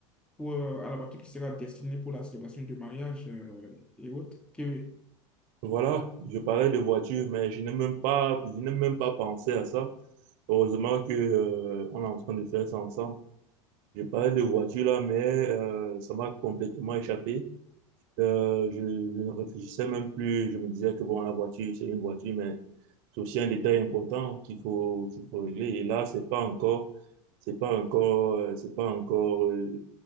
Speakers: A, in the centre; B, on the right.
A: pour, euh, à la voiture qui sera destinée pour la célébration du mariage, euh, et autres? Que,
B: Voilà, je parlais de voiture, mais je n'ai même pas, je n'ai même pas pensé à ça. Heureusement que, euh, on est en train de faire ça ensemble. Je parlais de voiture là, mais euh, ça m'a complètement échappé. Euh, je, je ne réfléchissais même plus. Je me disais que bon, la voiture, c'est une voiture, mais c'est aussi un détail important qu'il faut, qu'il faut régler. Et là, c'est pas encore, c'est pas encore, euh, c'est pas encore euh,